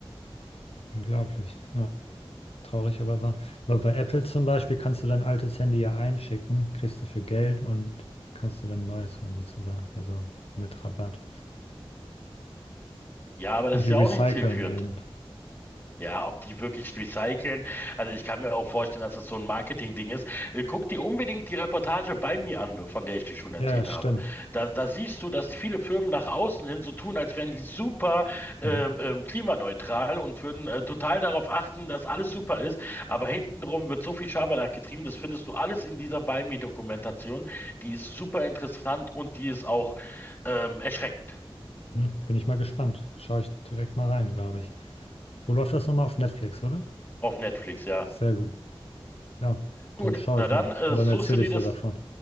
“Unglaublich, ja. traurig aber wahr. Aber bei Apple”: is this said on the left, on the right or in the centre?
Left